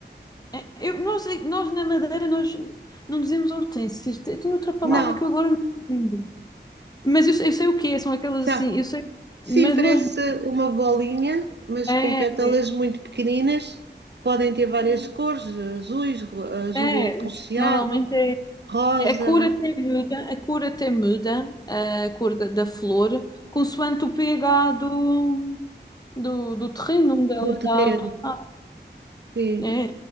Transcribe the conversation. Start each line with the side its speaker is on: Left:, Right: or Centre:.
Left: É, Eu, nós, nós na Madeira nós não dizemos hortênsias, tem tem outra palavra
Right: Não,
Left: que eu agora não me lembro. Mas eu, sei eu sei o que é, são aquelas
Right: sabe?
Left: assim, eu sei,
Right: Sim,
Left: mas
Right: parece
Left: nós.
Right: uma bolinha, mas
Left: É,
Right: com pétalas muito pequeninas. Podem ter várias cores, azuis, ro- azul
Left: É,
Right: arroxeado,
Left: normalmente
Right: rosa,
Left: é, a cor até muda, a cor até muda, a cor da, da flor, consoante o pH do, do, do terreno onde ela
Right: do
Left: está
Right: terreiro.
Left: plantada.
Right: Sim.
Left: É,